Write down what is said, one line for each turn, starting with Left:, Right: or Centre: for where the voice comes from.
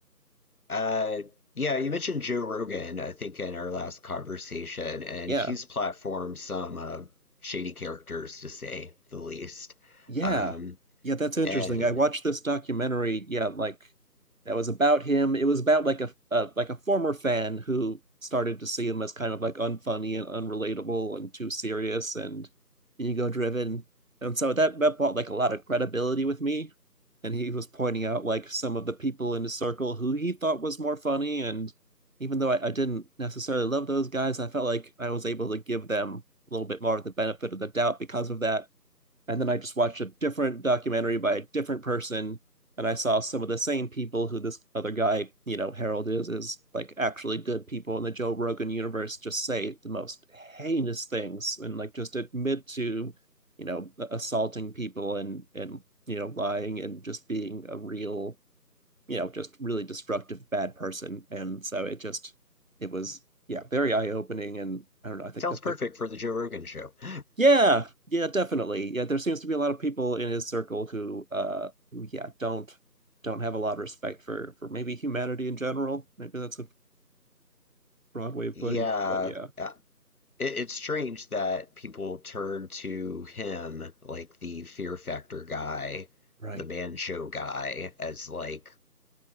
Left: Uh, yeah, you mentioned Joe Rogan, I think, in our last conversation, and
Right: yeah
Left: he's platformed some uh, shady characters, to say the least.
Right: Yeah.
Left: Um,
Right: Yeah, that's interesting.
Left: and
Right: I watched this documentary, yeah, like that was about him. It was about like a, a like a former fan who started to see him as kind of like unfunny and unrelatable and too serious and ego driven. And so that that brought like a lot of credibility with me. And he was pointing out like some of the people in his circle who he thought was more funny. And even though I, I didn't necessarily love those guys, I felt like I was able to give them a little bit more of the benefit of the doubt because of that and then I just watched a different documentary by a different person, and I saw some of the same people who this other guy, you know, Harold is, is like actually good people in the Joe Rogan universe just say the most heinous things and like just admit to, you know, assaulting people and, and, you know, lying and just being a real, you know, just really destructive bad person. And so it just, it was, yeah, very eye opening. And I don't know, I think
Left: sounds
Right: that's
Left: perfect
Right: like
Left: for the Joe Rogan show. <laughs>
Right: yeah, yeah, definitely. Yeah, there seems to be a lot of people in his circle who uh who yeah, don't don't have a lot of respect for for maybe humanity in general. Maybe that's a broad way of
Left: Yeah,
Right: putting it, but yeah.
Left: uh, it, it's strange that people turn to him, like the Fear Factor guy,
Right: Right.
Left: the Man Show guy, as like